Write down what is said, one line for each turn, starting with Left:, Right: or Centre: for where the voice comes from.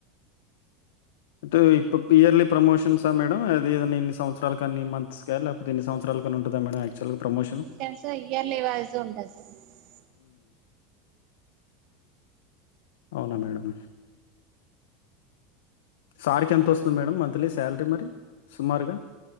Left: అంటే ఇప్పుడు ఇయర్లీ ప్రమోషన్సా మేడం అది ఏదన్నా ఇన్ని సంవత్సరాల కన్ని మంత్స్ కా లేకపోతే ఎన్ని సంవత్సరాల కనీ ఉంటందా మేడం యాక్చువల్ గా ప్రమోషన్
Right: టైమ్స్ ఇ్యర్లువాల్స ఉంటంది సార్
Left: అవునా మేడం సార్కి ఎంత వస్తుంది మేడం మంత్లీ శాలరీ మరి సుమారుగా